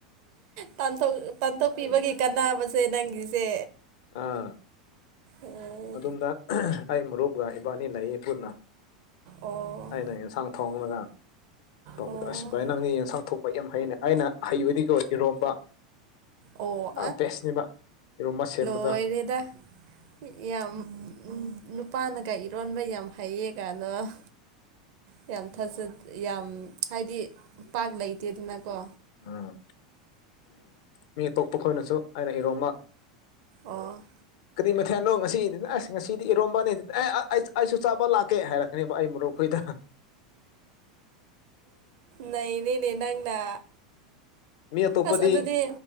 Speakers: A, on the right; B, on the left.
A: ꯄꯊꯣ ꯄꯥꯟꯊꯣꯛꯄꯤꯕꯒꯤ ꯀꯥꯟꯅꯕꯁꯦ ꯅꯪꯒꯤꯁꯦ
B: ꯑꯥ
A: ꯎꯝ
B: ꯑꯗꯨꯝꯗ ꯑꯩ ꯃꯔꯨꯞꯞꯒ ꯏꯕꯅꯤ ꯂꯩꯌꯦ ꯄꯨꯟꯅ
A: ꯑꯣ
B: ꯑꯩꯅ ꯌꯦꯟꯁꯡ ꯊꯣꯡꯂꯒ ꯇꯧꯕꯗꯣ
A: ꯑꯣ
B: ꯏꯁ ꯚꯥꯏ ꯅꯪꯗꯤ ꯌꯦꯟꯁꯥꯡ ꯊꯣꯡꯕ ꯌꯥꯝ ꯍꯩꯅ ꯑꯩꯅ ꯫ ꯍꯩꯕꯗꯤꯀꯣ ꯏꯔꯣꯝꯕ
A: ꯑꯣ
B: ꯕꯦꯁꯅꯤꯕ ꯏꯔꯣꯝꯕ ꯁꯦꯝꯕ
A: ꯂꯣꯏꯔꯣꯗ ꯌꯥꯝ ꯅꯨꯄꯥꯅꯒ ꯏꯔꯣꯟꯕ ꯌꯥꯝ ꯍꯩꯌꯦ ꯀꯅ ꯌꯥꯝ ꯊꯖꯦ ꯌꯥꯝ ꯍꯥꯏꯗꯤ ꯄꯥꯛ ꯂꯩꯇꯦꯗꯅꯀꯣ
B: ꯎꯝ ꯃꯤ ꯑꯇꯣꯞꯄ ꯈꯣꯏꯅꯁꯨ ꯑꯩꯅ ꯏꯔꯣꯝꯃ
A: ꯑꯣ
B: ꯀꯔꯤ ꯃꯊꯦꯜꯅꯣ ꯉꯁꯤꯗꯤ ꯑꯁ ꯉꯁꯤꯗꯤ ꯏꯔꯣꯝꯕꯅꯤꯗꯤ ꯑꯦ ꯑꯩ ꯑꯩꯁꯨ ꯆꯥꯕ ꯂꯥꯛ ꯀꯩ ꯍꯥꯏꯔꯛꯀꯅꯦꯕ ꯑꯩ ꯃꯔꯨꯞ ꯈꯣꯏꯗ ꯫
A: ꯅꯩꯔꯦꯅꯦ ꯅꯪꯅ
B: ꯃꯤ ꯑꯇꯣꯞꯄꯗꯤ
A: ꯑꯁ ꯑꯗꯨꯗꯤ꯫